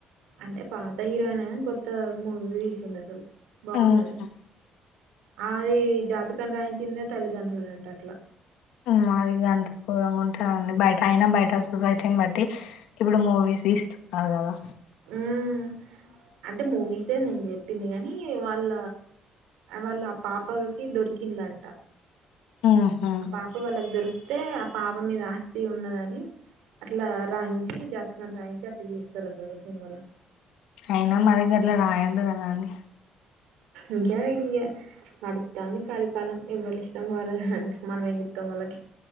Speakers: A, on the right (about 85°); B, on the left (about 80°).
A: అంటే పాత హీరో అయినే కొత్త మూవీ తీసిండు అసలు బాగుంది
B: ఉహు
A: అది అది జాతకం రాయించిందే తల్లిదండ్రులు అంట అట్లా
B: మరి గంత గోరంగా ఉంటారా అండి బయట అయినా బయట సొసైటీని బట్టి ఇప్పుడు మూవీస్ తీస్తున్నారు కదా
A: హుమ్మ్ అంటే మూవీసే నేను చెప్పింది గనీ వాళ్ళ వాళ్ళ ఆ పాప కి దొరికిన్లంట
B: ఉహు
A: ఆ పాప వాళ్ళకి దొరికి తే ఆ పాప మీద ఆస్తి ఉన్నదని అట్లా రాయించి జాతకాన్ని రాయించి అట్లా చేస్తారు అన్నట్టు ఆ సినిమాలో
B: అయినా మరి గట్ల రాయొద్దు కదాండి
A: ఇంకా ఇగ నడుతాంది కలికాలం ఎవరి ఇష్టం వాళ్ళది మనం ఏం జెత్తం దానికి